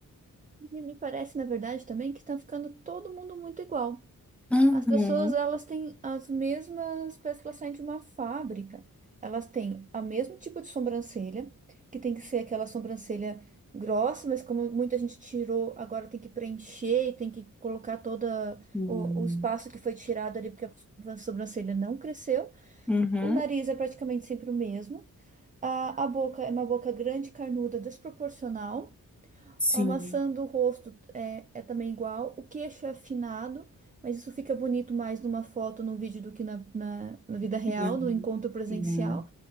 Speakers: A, on the right; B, in the centre.
A: E me parece, na verdade, também que tá ficando todo mundo muito igual.
B: Uhum.
A: As pessoas, elas têm as mesmas, parece que elas saem de uma fábrica. Elas têm o mesmo tipo de sobrancelha, que tem que ser aquela sobrancelha grossa, mas como muita gente tirou, agora tem que preencher e tem que colocar todo
B: Uhum.
A: o, o espaço que foi tirado ali, porque a sobrancelha não cresceu.
B: Uhum.
A: O nariz é praticamente sempre o mesmo. A, a boca é uma boca grande, carnuda, desproporcional.
B: Sim.
A: A maçã do rosto é, é também igual. O queixo é afinado, mas isso fica bonito mais numa foto, num vídeo do que na, na, na vida real,
B: Sim.
A: no encontro presencial.
B: Sim.